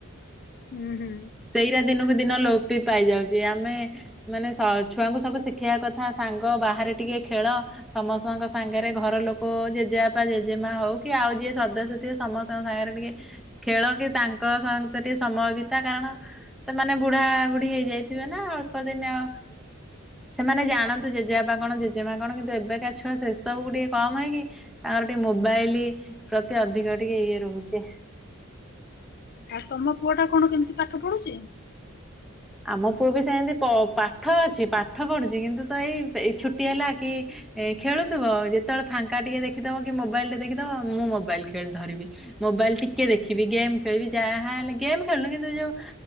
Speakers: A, on the left (about 50°); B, in the centre.
A: ହୁଁ ହୁଁ
B: ସେଇ ରା ଦିନ କୁ ଦିନ ଲୋପ୍- ପି ପାଇଯାଉଛି। ଛି ଆ । ଆମେ ମାନେ ସ ଛୁଆଙ୍କୁ ସବୁ। ଶିଖିବା କଥା ସାଙ୍ଗ ବାହାରେ। ଟିକେ ଖେଳ ସମସ୍ତେ । ଛୁଆ ଙ୍କ ସାଙ୍ଗରେ ଘର ଲୋକ ଜେଜେବାପା, ଜେଜେମା ହଉ କି ଆଉ ଯିଏ ସଦସ୍ୟ ଥିବେ ସମସ୍ତ ଙ୍କ ସାଙ୍ଗରେ ଟିକେ ଖେଳ କି ତାଙ୍କ ସାଙ୍ଗ ଟିକେ ସମୟ ବି। ତା କାରଣ ସେ ମାନେ। ବୁଢା ବୁଢୀ ହେଇଯାଇ ଥିବେ ନା ଅଳ୍ପ ଦିନେ ଆଉ ସେମାନେ ଜାଣନ୍ତୁ ଜେଜେବାବା ଥିବେ ନା ଅଳ୍ପ ଦିନି ଆଉ ସେମାନେ ଜାଣନ୍ତୁ ଜେଜେବାପା କଣ ଜେଜେମା କଣ କିନ୍ତୁ ଏବେକା ଛୁଆ ସେସବୁ କୁ ଟିକେ କମ ହେଇକି ତାଙ୍କର ଟିକେ ମୋବାଇଲ ପ୍ରତି ଅଧିକ ଟିକେ ଇଏ ରହୁଛି।
A: ଆ ତମ ପୁଅ ଟା କଣ କେମିତି ପାଠ ପଢ଼ୁଛି।
B: ଆମ ପୁଅ ବି ସେମିତି ପ ପାଠ ଅଛି । ପାଠ ପଢୁଛି କିନ୍ତୁ ତ ଏଇ ଛୁଟି ହେଲା କି ଖେଳୁଥିବ ଯେତେବେଳେ ଫାଙ୍କା ଟିକେ ଦେଖିଦବ କି ମୋବାଇଲ ଟେ ଦେଖିଦବ ମୁଁ ମୋବାଇଲ ଖେଳି-ଧରିବି ମୋବାଇଲ ଟିକେ ଦେଖିବି ଗେମ୍ ଖେଳିବି ଯାହା ହେଲେ ଗେମ୍ ଖେଳୁନି କିନ୍ତୁ ଯୋଉ